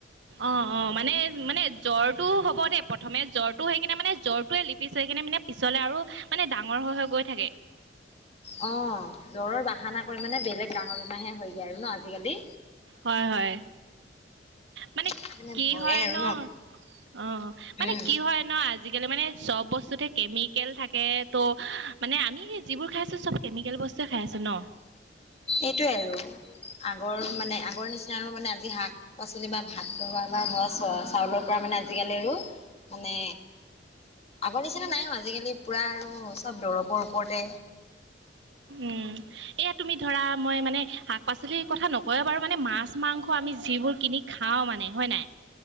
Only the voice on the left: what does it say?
অ', জ্বৰ বাহানা কৰি মানে বেলেগ ডাঙৰ বিমাৰ হয়গৈ আৰু ন আজিকালি
সেইকাৰণে
ভয়ে
আৰু
উম।
এইটোৱে আৰু আগৰ মানে আগৰ নিচিনা মানে আজি শাক পাচলি বা ভাত ধৰক চাউলৰ পৰা মানে আজি কালিৰো মানে আগৰ নিচিনা নাই আজি কালি পুৰা আৰু চব দৰৱৰ ওপৰতে